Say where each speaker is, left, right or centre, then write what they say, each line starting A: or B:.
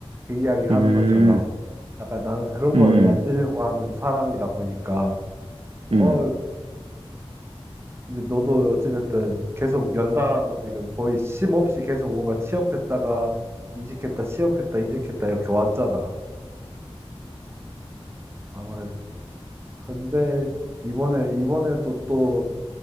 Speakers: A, on the right; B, on the right.
A: 그 이야기 하는
B: 음,
A: 것처럼
B: 음,
A: 약간 나는 그런 거를
B: 음,
A: 만들려고 하는 사람이다 보니까
B: 음.
A: 어 이제 너도 어찌됐든 계속 연달아서 지금 거의 쉼 없이 계속 뭔가 취업했다가 이직했다 취업했다 이직했다 이렇게 왔잖아 아무래도 근데 이번에 이번에도 또